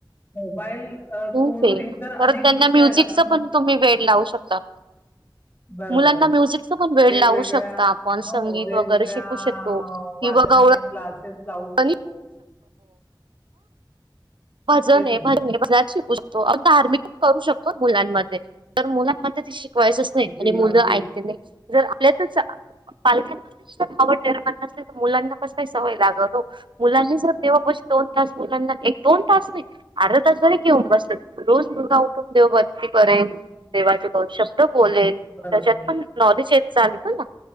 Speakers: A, on the left; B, on the right.
A: मोबाईल. अ सोडून
B: खूप आहे
A: इतर
B: परत
A: अनेक
B: त्यांना
A: गोष्टी
B: म्युझिकच
A: आहेत आप
B: पण तुम्ही वेड लावू शकता
A: बरोबर
B: मुलांना म्युझिक च पण वेड
A: वेगवेगळ्या
B: लावू शकता आपण संगीत
A: हो वेगवेगळ्या
B: वगैरे शिकू शकतो किंवा
A: वादनाचे
B: गवळ
A: क्लासेस
B: <inaudible>
A: लावू शकतो
B: भजन
A: तेच
B: आहे
A: ना
B: भजन आहे भजनात शिकू शकतो आपण धार्मिक करू हो मुलांमध्ये तर मुलांमध्ये ते शिक तू आहेसस नाही
A: अगदी
B: आणि मुलं
A: अगदी
B: ऐकत नाही. जर आपल्यातच पालकांमध्ये जर आवड निर्माण नसेल तर मुलांना कस काय सवय लागल ओ मुलांनी जर देवापाशी दोन तास, मुलांना एक दोन तास नाही, अर्धा तास जरी घेऊन बसल, रोज मुलगा उठून देव भक्ती करेल, देवाचे दोन शब्द बोलेल,
A: बरोबर
B: त्याच्यात पण नॉलेज आहेत. चालू कर ना,